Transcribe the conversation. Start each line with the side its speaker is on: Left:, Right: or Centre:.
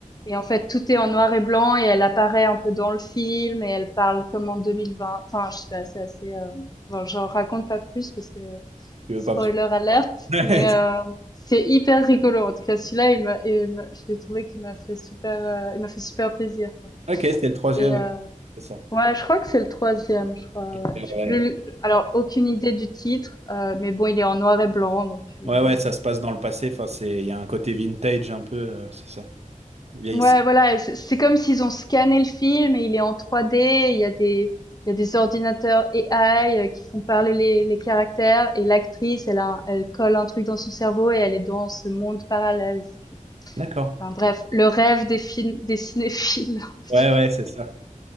Left: Et en fait, tout est en noir et blanc et elle apparaît un peu dans le film et elle parle comme en 2020. Enfin, je sais pas, c'est assez. Euh... Bon, j'en raconte pas plus parce que
Right: tu
Left: spoiler
Right: veux pas me spoiler.
Left: alerte,
Right: <laughs>
Left: mais euh, c'est hyper rigolo. En tout cas, celui-là, il me, il me- je l'ai trouvé qu'il m'a fait super, euh, il m'a fait super plaisir. quoi.
Right: Ok, c'est le troisième.
Left: Et euh,
Right: C'est ça.
Left: ouais, je crois que c'est le troisième, je crois.
Right: Je
Left: Ouais.
Right: regarderai,
Left: Je sais plus.
Right: alors.
Left: le- Alors, aucune idée du titre, euh, mais bon, il est en noir et blanc, donc tu,
Right: Ouais, ouais, ça se passe dans le passé. Enfin, c'est, il y a un côté vintage un peu, euh, c'est ça. Vieillissant.
Left: Ouais, voilà, et c'est c'est comme s'ils ont scanné le film et il est en 3D, il y a des il y a des ordinateurs AI euh, qui font parler les, les caractères et l'actrice, elle a un- elle colle un truc dans son cerveau et elle est dans ce monde parallèle. si tu veux.
Right: D'accord.
Left: Enfin bref, le rêve des films des cinéphiles. <laughs> un petit
Right: Ouais, ouais, c'est ça.